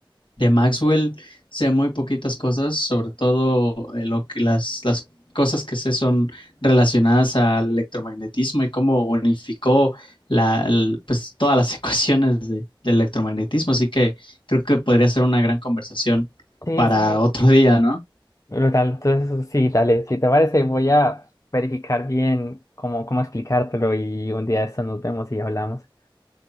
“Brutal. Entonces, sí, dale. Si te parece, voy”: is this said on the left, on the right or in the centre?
Left